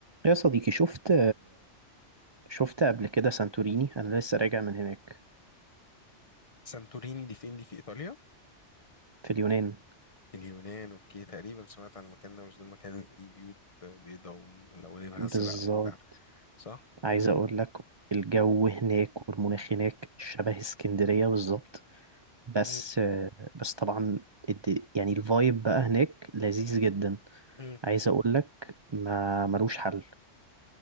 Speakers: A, on the right; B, on the left.
A: يا صديقي شفت شفت قبل كده سانتوريني انا لسه راجع من هناك
B: سانتوريني دي فين دي في إيطاليا
A: في اليونان
B: اليونان أوكي تقريبا سمعت عن المكان ده مش ده المكان اللي فيه بيوت بيضاء وملونينها
A: بالظبط
B: أزرق وبتاع صح؟
A: عايز
B: مم.
A: اقول لك الجو هناك والمناخ هناك شبه اسكندرية بالظبط بس
B: مم.
A: بس طبعا الد- يعني الفايب بقى هناك لذيذ جدا
B: مم.
A: عايز اقول لك ما ملوش حل